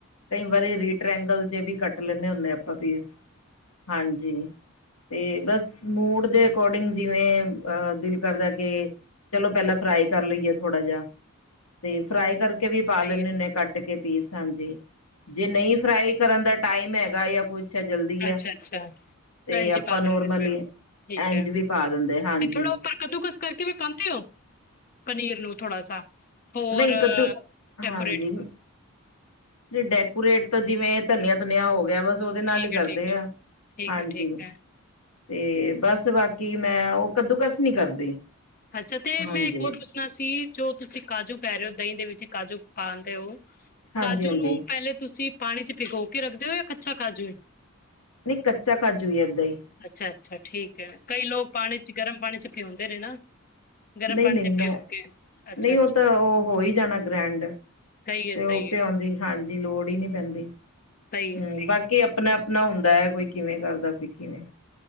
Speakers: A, on the left; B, on the left.
A: ਕਈ ਵਾਰੀ ਰੀ ਟ੍ਰੈਂਗਲ ਚ ਵੀ ਕੱਟ ਲੈਂਨੇ ਹੁੰਨੇ ਆ ਆਪਾਂ ਪੀਸ, ਹਾਂਜੀ। ਤੇ ਬਸ ਮੂਡ ਦੇ ਅਕੋਰਡਿੰਗ ਜਿਵੇਂ ਅ ਦਿਲ ਕਰਦਾ ਕੇ ਚਲੋ ਪੈਲਾਂ ਫਰਾਈ ਕਰ ਲਈਏ ਥੋੜਾ ਜਾ। ਤੇ ਫਰਾਈ ਕਰਕੇ ਵੀ ਪਾ
B: ਸਹੀ
A: ਲੈਂਨੇ
B: ਹੈ
A: ਹੁਨੇ ਕੱਟ ਕੇ ਪੀਸ ਹਾਂਜੀ। ਜੇ ਨਈ ਫਰਾਈ ਕਰਨ ਦਾ ਟਾਈਮ ਹੈਗਾ ਯਾ ਕੁਛ ਹੈ ਜਲਦੀ ਹੈ
B: ਅੱਛਾ ਅੱਛਾ,
A: ਤੇ
B: ਐਂਜੀ
A: ਆਪਾਂ
B: ਪਾ
A: ਨੋਰਮਲੀ
B: ਦੇਂਦੇ, ਠੀਕ
A: ਇੰਝ
B: ਐ।
A: ਵੀ ਪਾ ਦਿੰਦੇ ਹਾਂਜੀ
B: ਨੀ ਥੋੜਾ ਉਪਰ। ਕੱਦੂਕਸ ਕਰਕੇ ਵੀ ਪਾਂਦੇ ਓ, ਪਨੀਰ ਨੂੰ ਥੋੜਾ ਸਾ। ਹੋਰ
A: ਨਹੀਂ ਕੱਦੂ
B: ਡੈਕੋਰੇਟ।
A: ਹਾਂਜੀ ਡੈਕੋਰੇਟ ਤਾਂ ਜਿਵੇਂ ਧਨੀਆ ਧੁਨਿਆ ਹੋ ਗੇਆ, ਬਸ ਓਦੇ ਨਾਲ
B: ਠੀਕ
A: ਈ ਕਰਦੇ
B: ਹੈ ਠੀਕ ਹੈ
A: ਆ,
B: ਠੀਕ
A: ਹਾਂਜੀ।
B: ਹੈ ਠੀਕ ਹੈ
A: ਤੇ ਬਸ ਬਾਕੀ ਮੈਂ ਓ ਕੱਦੂ ਕਸ ਨੀ ਕਰਦੀ।
B: ਅੱਛਾ ਤੇ
A: ਹਾਂਜੀ
B: ਮੈਂ ਏਕ ਹੋਰ ਪੁੱਛਣਾ ਸੀ ਜੋ ਤੁਸੀ ਕਾਜੂ ਕੈ ਰੇ ਓ ਦਈਂ ਦੇ ਵਿੱਚ ਕਾਜੂ ਪਾਂਦੇ ਓ
A: ਹਾਂਜੀ
B: ਕਾਜੂ
A: ਹਾਂਜੀ
B: ਨੂੰ ਪੈਲੇ ਤੁਸੀ ਪਾਣੀ ਚ ਭਿਗੋ ਕੇ ਰੱਖਦੇ ਓ ਯਾਂ ਕੱਚਾ ਕਾਜੂ ਈ
A: ਨੀ ਕੱਚਾ ਕਾਜੂ ਈ ਏੱਦਾ ਈ।
B: ਅਛਾ ਅਛਾ ਠੀਕ ਐ। ਕਈ ਲੋਕ ਪਾਣੀ ਚ ਗਰਮ ਪਾਣੀ ਚ ਪਿਓਂਦੇ ਨੇ ਨਾ। ਗਰਮ
A: ਨਈ
B: ਪਾਣੀ
A: ਨਈ
B: ਚ
A: ਮੈ
B: ਪਿਓ ਕੇ ਅੱਛਾ
A: ਨੀ
B: ਅੱਛਾ
A: ਓ ਤਾਂ ਓ ਹੋ ਈ ਜਾਨਾ ਗ੍ਰੈਂਡ।
B: ਸਹੀ ਹੈ
A: ਤੇ ਓ
B: ਸਹੀ
A: ਪਿਓਨ
B: ਹੈ
A: ਦੀ ਹਾਂਜੀ ਲੋੜ ਈ ਨੀ ਪੈਂਦੀ।
B: ਸਹੀ ਹੈ
A: ਹੂੰ ਬਾਕ ਕਿ ਅਪਨਾ ਅਪਨਾ ਹੁੰਦਾ ਐ। ਕੋਈ ਕਿਵੇਂ ਕਰਦਾ ਕੋਈ ਕਿਵੇਂ।